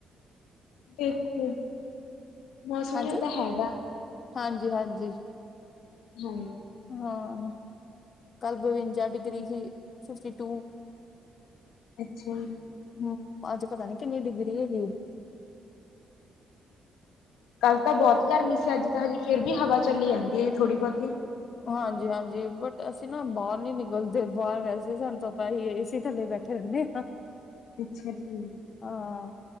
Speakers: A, on the left; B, on the left.
A: 'ਦੇਖੋ ਮੌਸਮੀ
B: ਹਾਂਜੀ
A: ਜਿਆਂ ਤਾਂ ਹੈਗਾ।
B: ਹਾਂਜੀ, ਹਾਂਜੀ।
A: ਹਾਂਜ਼
B: ਹਾਂ। ਕੱਲ ਬਵੰਜਾ ਡਿਗਰੀ ਸੀ, ਫਿਫਟੀ ਟੂ।
A: ਅੱਛਾ!
B: ਹੂੰ, ਅੱਜ ਪਤਾ ਨੀ ਕਿੰਨੀ ਡਿਗਰੀ ਹੈਗੀ ਉ।
A: ਕੱਲ੍ਹ ਤਾਂ ਬੋਹਤ ਗਰਮੀ ਸੀ, ਅੱਜ ਤਾਂ ਹਜੇ ਫਿਰ ਵੀ ਹਵਾ ਚੱਲੀ ਜਾਂਦੀ ਹੈ ਜੀ ਥੋੜ੍ਹੀ ਬਹੁਤੀ।
B: ਹਾਂਜੀ, ਹਾਂਜੀ ਬਟ ਅਸੀਂ ਨਾ ਬਾਰ ਨੀ ਨਿਕਲਦੇ। ਬਾਰ ਵੈਸੇ ਸਾਨੂੰ ਪਤਾ ਹੀ ਏਸੀ ਥੱਲੇ ਬੈਠੇ- ਠੇ ਰੇਨੇ ਆਂ।
A: ਅੱਛਾ ਜੀ।
B: ਆਹ।